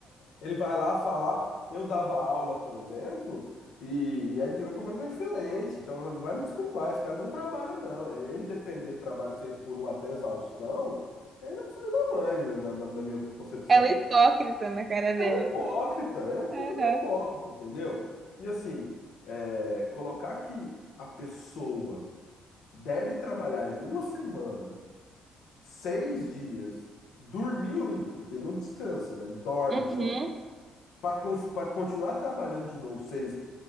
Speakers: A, on the left; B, on the right.
A: Ele vai lá falar, eu dava aula, por exemplo, e, e é, di- é completamente diferente. Então vai me desculpar, esse cara não trabalha, não. Ele defender trabalho seis por um até exaustão, ele é um filho da mãe, na na- na minha concepção.
B: É um hipócrita na cara dele.
A: É um hipócrita, é um puta
B: Aham.
A: do hipócrita, entendeu? E assim, é, colocar que a pessoa deve trabalhar em uma semana, seis dias, dormir um, porque ele não descansa, né? Ele dorme
B: Uhum.
A: só. Pra cons- pra continuar trabalhando de novo, seis,